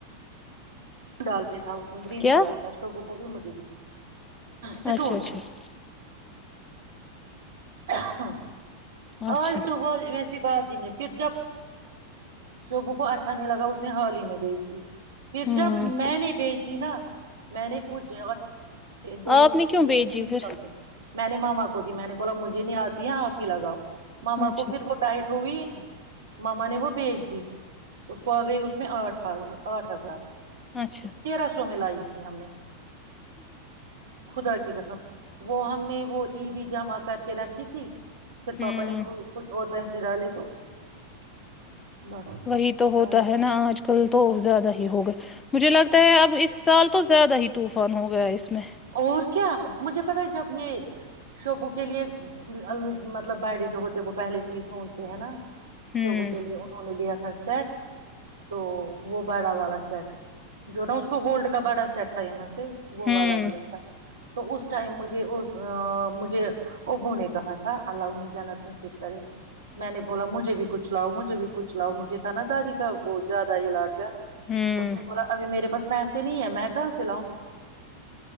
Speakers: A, on the right; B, on the left.
A: ڈالتے تھا اس <unintelligible> گرین
B: کیا
A: کلر کا شب کو بھی مھ <unintelligible> ج سٹون
B: اچھا اچھا
A: ہاں
B: اچھا
A: آج صبح ویسی بات ہی نہیں پھر جب شب کو اچھا نہیں لگا اس اس نے ہال ہی میں بیچ دی پھر
B: ہوں
A: جب میں نہیں بیچی نا میں نے کچھ دو
B: آپ
A: دو
B: نے کیوں بھیجی
A: تین
B: پھر
A: چلتے میں نے ماما کو تی میں نے بولا مجھے نہیں آتی ہے آپ ہی لگاؤ ماما
B: اچھا
A: کو پھر وہ ٹائٹ ہوئی ماما نے وہ بیج دی اس کو آ گئی اس میں آٹھ آٹھ ہزار
B: اچھا
A: وہ تیرہ سو میں لائی ت دھی ہم نے خدا کے قسم <unintelligible> وہ ہم نے وہ <unintelligible> ت دی جمع کر کے رکھی تھی پھر
B: ہوں
A: پاپا نے کچھ اور پنس ڈالے تو بس آئی
B: وہی تو ہوتا
A: تھی
B: ہے نا آج کل تو زیادہ ہی ہو گئے مجھے لگتا ہے اب اس سال تو زیادہ ہی طوفان ہو گیا اس میں
A: اور کیا مجھے پتا ہے اپ یہ شبو کے لیے <unintelligible> مطلب باڈے جو ہوتے وہ پہلے سے ہی سوچتے ہے نا
B: ہوں
A: سبو کےل انوں نے دیا تھا سیٹ تو وہ بڑا والا سیٹ جو نا اس کو گولڈ کا بڑا سیٹ تھا یہاں سے گوا
B: ہوں
A: ل دیا تو اس ٹائم مجھے اس مجھے ابو نے کہا تھا اللہی جانت نصب کرے میں نے بولا مجھے بھی کچھ لاؤ مجھے بھی کچھ لاؤ مجھے تھا نا دادی کا زیادہ علاج گیا
B: ہوں
A: اس نے بولا ابھی میرے پاس پیسے نہیں ہے میں کہاں سے لؤں